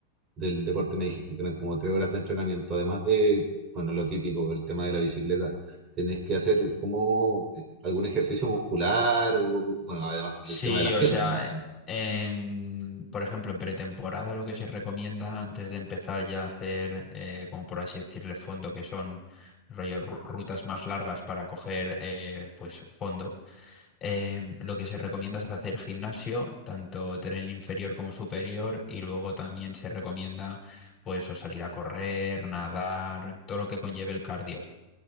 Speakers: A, on the right; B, on the left.
A: del deporte me dijiste que eran como tres horas de entrenamiento, además de, bueno, lo típico, el tema de la bicicleta, tenés que hacer como eh, algún ejercicio muscular o, bueno, además
B: Sí,
A: el tema de las
B: o
A: piernas,
B: sea,
A: me imagino.
B: e- en, por ejemplo, en pretemporada lo que se recomienda antes de empezar ya a hacer, eh, como por así decirle, fondo, que son rollo ru- rutas más largas para coger eh, pues fondo, em, lo que se recomienda es hacer gimnasio, tanto tren inferior como superior, y luego también se recomienda pues o salir a correr, nadar, todo lo que conlleve el cardio.